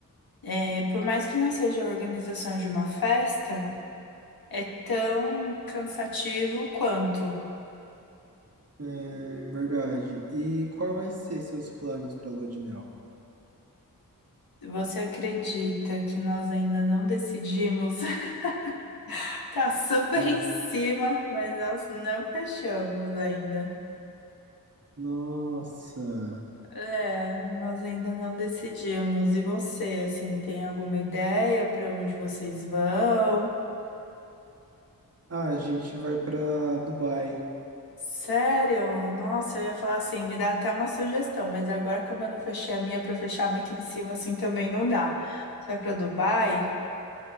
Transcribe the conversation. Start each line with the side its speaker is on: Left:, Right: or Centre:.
Left: É, por mais que não seja a organização de uma festa, é tão cansativo quanto.
Right: é verdade. E qual vai ser seus planos pra lua de mel?
Left: Você acredita que nós ainda não decidimos? <laughs> Tá super
Right: Eu
Left: em
Right: não...
Left: cima, mas nós não fechamos ainda.
Right: Nossa.
Left: É, nós ainda não decidimos. E você, assim, tem alguma ideia para onde vocês vão?
Right: Ah, a gente vai pra Dubai.
Left: Sério? Nossa, eu ia falar assim, me dá até uma sugestão, mas agora como eu não fechei a minha para fechar muito em cima assim também não dá. Você vai para Dubai?